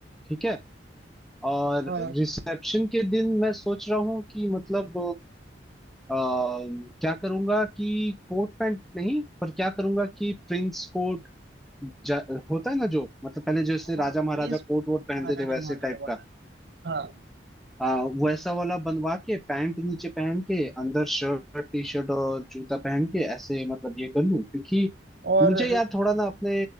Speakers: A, in the centre; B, on the right.
A: ठीक है और
B: हाँ
A: रिसेप्शन के दिन मैं सोच रहा हूँ कि मतलब अ, क्या करूंगा कि कोट पैंट नहीं पर क्या करूंगा कि प्रिंस कोट जा, होता है ना जो मतलब पहले जैसे राजा
B: हाँ
A: महाराजा
B: प्रिंस
A: कोट वोट पहनते
B: हाँ राजा
A: थे वैसे
B: महाराजा
A: टाइप
B: वाला
A: का
B: हाँ
A: आ, वैसा वाला बनवा के पैंट नीचे पहन के अंदर शर्ट टी शर्ट और जूता पहन के ऐसे मतलब ये कर लूं क्योंकि
B: और
A: मुझे यार थोड़ा ना अपने